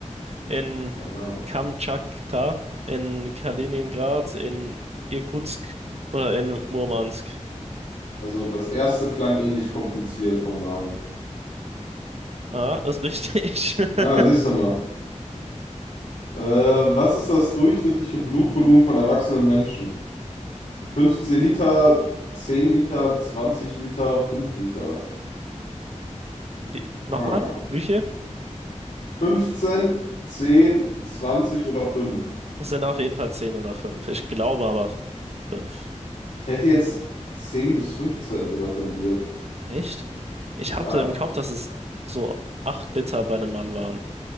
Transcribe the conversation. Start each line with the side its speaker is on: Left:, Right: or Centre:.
Right: in
Left: Keine Ahnung.
Right: Kamtschatka, in Kaliningrad, in Irkutsk oder in Murmansk.
Left: Also das erste klang ähnlich kompliziert vom Namen.
Right: Ah, ist richtig. <laughs>
Left: Ah, siehst du mal. Äh, was ist das durchschnittliche Blutvolumen von erwachsenen Menschen? 15 Liter, 10 Liter, 20 Liter, 5 Liter.
Right: Wie- Nochmal,
Left: Aha.
Right: wie viel?
Left: 15, 10, 20 oder 5?
Right: Es sind auf jeden Fall zehn oder fünf. Ich glaube aber fünf.
Left: Ich hätte jetzt 10 bis 15 sogar tendiert.
Right: Echt? Ich
Left: Ja.
Right: hatte im Kopf, dass es so acht Liter bei einem Mann waren.